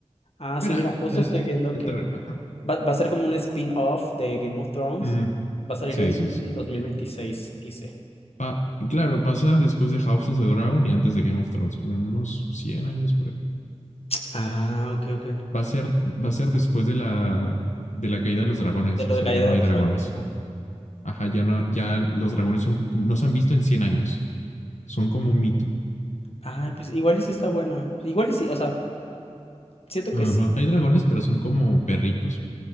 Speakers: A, on the left; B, on the left.
A: Ah, sí,
B: Mira,
A: mira, justo
B: el,
A: estoy
B: el,
A: viendo
B: el
A: que
B: Targaryen. Ajá.
A: va, va a ser como un spin-off de Game of Thrones.
B: Mm,
A: Va a salir
B: sí,
A: en
B: sí, sí.
A: dos mil veintiséis dice.
B: Pa- y claro, pasa después de House of the Dragon y antes de Game of Thrones, como unos 100 años por ahí.
A: Ah, ok, ok.
B: Va a ser, va a ser después de la, de la caída de los dragones,
A: De lo
B: o sea,
A: de caída
B: ya no
A: de
B: hay
A: los
B: dragones.
A: dragones.
B: Ajá, ya no, ya los dragones son, como- no se han visto en 100 años, son como un mito.
A: Ah, pues igual y sí está buena. Igual y sí, o sea, siento
B: Ajá.
A: que sí.
B: Hay dragones, pero son como perritos,